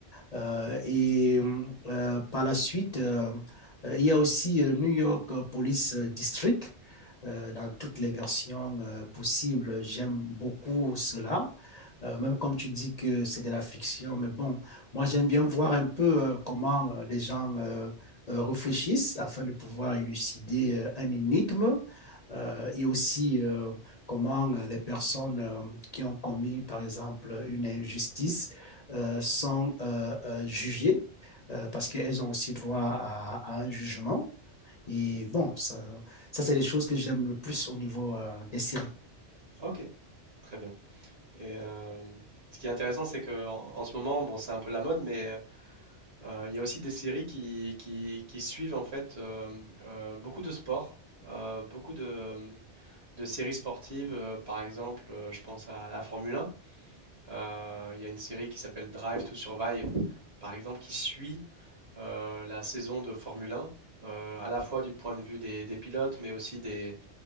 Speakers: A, on the left; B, on the right.
A: Euh, et hum, euh, par la suite, euh, euh, il y a aussi euh, New York Police District euh, dans toutes les versions euh, possibles. J'aime beaucoup cela. Euh, même comme tu dis que c'est de la fiction, mais bon, moi j'aime bien voir un peu euh, comment euh, les gens euh, euh, réfléchissent afin de pouvoir élucider euh, un énigme euh, et aussi euh, comment euh, les personnes euh, qui ont commis, par exemple, une injustice euh, sont euh, euh, jugées euh, parce qu'elles ont aussi droit à, à un jugement. Et bon, ça, ça c'est les choses que j'aime le plus au niveau euh, des séries.
B: ok, très bien. Et euh, ce qui est intéressant, c'est que en, en ce moment, bon, c'est un peu la mode, mais euh, il y a aussi des séries qui, qui, qui suivent en fait euh, euh, beaucoup de sports, euh, beaucoup de, de séries sportives. euh, par exemple, euh, je pense à la Formule 1. Euh, il y a une série qui s'appelle Drive to Survive, par exemple, qui suit euh, la saison de Formule 1. euh, à la fois du point de vue des, des pilotes, mais aussi des,